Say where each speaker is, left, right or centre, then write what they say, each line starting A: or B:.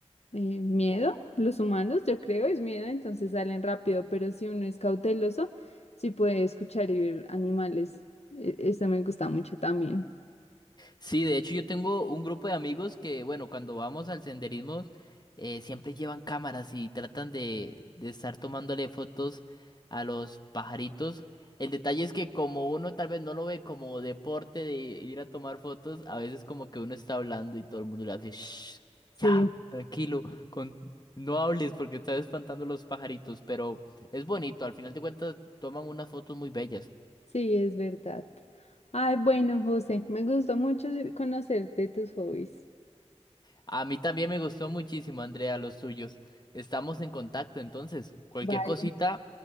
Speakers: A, on the left; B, on the left.
A: eh, miedo, los humanos, yo creo, es miedo, entonces salen rápido, pero si uno es cauteloso, sí puede escuchar y ver animales. E- Eso me gusta mucho también.
B: Sí, de hecho yo tengo un grupo de amigos que, bueno, cuando vamos al senderismo, eh, siempre llevan cámaras y tratan de, de estar tomándole fotos a los pajaritos. El detalle es que como uno tal vez no lo ve como deporte de ir a tomar fotos, a veces como que uno está hablando y todo el mundo le hace, shh,
A: Sí.
B: ya, tranquilo, con... no hables porque estás espantando a los pajaritos, pero es bonito, al final de cuentas toman unas fotos muy bellas.
A: Sí, es verdad. Ay, bueno, José, me gustó mucho conocerte tus hobbies.
B: A mí también me gustó muchísimo, Andrea, los tuyos. Estamos en contacto, entonces, cualquier
A: Vale,
B: cosita,